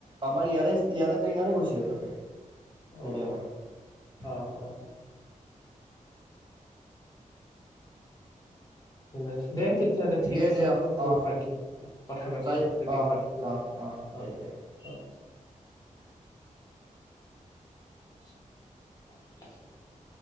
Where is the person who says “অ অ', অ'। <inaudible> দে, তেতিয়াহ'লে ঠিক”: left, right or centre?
Left